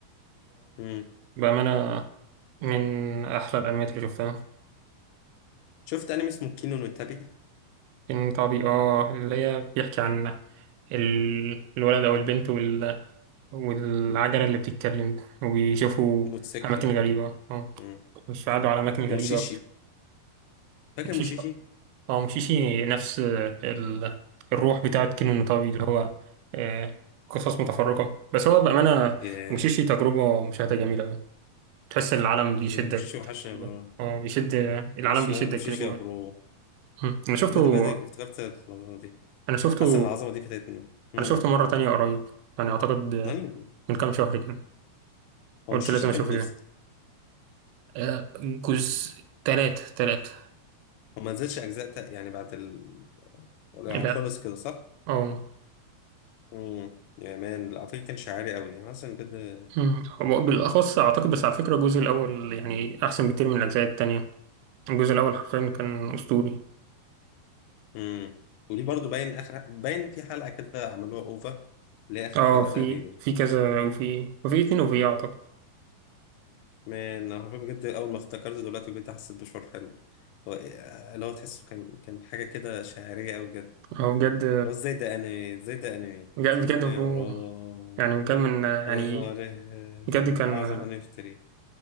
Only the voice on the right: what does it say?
وبأمانة من أحلى الأنميات اللي شفتها
فيلم طبي اه اللي هي بيحكي عن ال- الولد أو البنت وال... والعجلة اللي بتتكلم وبيشوفوا
أماكن غريبة اه
مش قعدوا على أماكن غريبة
مشيش
اه مشيشي نفس ال... الروح بتاعت كينو طبي اللي هو آه، قصص متفرقة بس هو بأمانة
مشيشي تجربة مشاهدة جميلة أوي تحس العالم بيشدك
جوه.
اه بيشد العالم
بيشدك
كده جوه
م. أنا شفته
أنا شفته
انا شفته مره تانية قريب يعني اعتقد آه،
من كام شهر كده
قلت
لازم
اشوفه
تاني آه، جزء تلاتة تلاتة
لا
اه
أمم. هو بالاخص اعتقد بس على فكره الجزء الاول يعني احسن بكتير من الاجزاء التانية الجزء الاول حرفيا كان اسطوري
اه
في
في كذا وفي وفي اتنين وفي اه اعتقد
هو بجد
بجد
بجد برو
يعني بجد من يعني
بجد كان